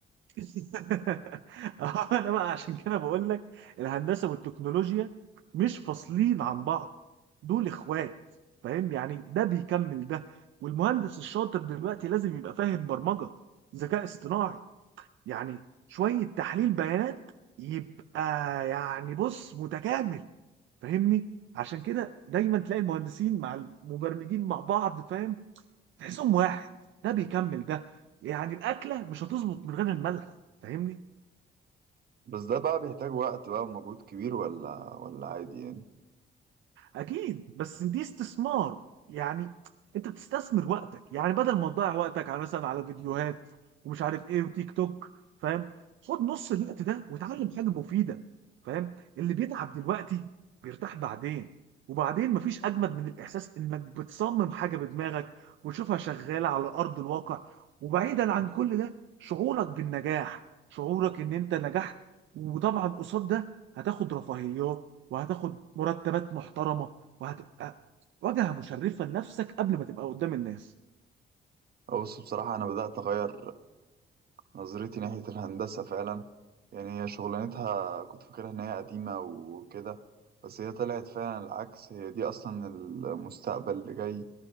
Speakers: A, on the right; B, on the right.
A: <laughs> اه انا بقى عشان كده بقول لك الهندسه والتكنولوجيا مش فاصلين عن بعض دول اخوات فاهم يعني ده بيكمل ده والمهندس الشاطر دلوقتي لازم يبقى فاهم برمجه ذكاء اصطناعي يعني شويه تحليل بيانات يبقى يعني بص متكامل فاهمني عشان كده دايما تلاقي المهندسين مع المبرمجين مع بعض فاهم تحسهم واحد ده بيكمل ده يعني الاكله مش هتظبط من غير الملح فاهمني
B: بس ده بقى بيحتاج وقت بقى ومجهود كبير ولا ولا عادي يعني
A: اكيد بس دي استثمار يعني انت بتستثمر وقتك يعني بدل ما تضيع وقتك على مثلا على فيديوهات ومش عارف ايه وتيك توك فاهم خد نص الوقت ده وتعلم حاجه مفيده فاهم اللي بيتعب دلوقتي بيرتاح بعدين وبعدين مفيش اجمد من الاحساس انك بتصمم حاجه بدماغك وتشوفها شغاله على ارض الواقع وبعيدا عن كل ده شعورك بالنجاح شعورك ان انت نجحت وطبعا قصاد ده هتاخد رفاهيات وهتاخد مرتبات محترمه وهتبقى واجهه مشرفه لنفسك قبل ما تبقى قدام الناس
B: بص بصراحة انا بدأت اغير نظرتي ناحية الهندسة فعلا يعني هي شغلانتها كنت فاكرها إن هي قديمة وكده بس هي طلعت فعلا العكس هي دي أصلا المستقبل اللي جاي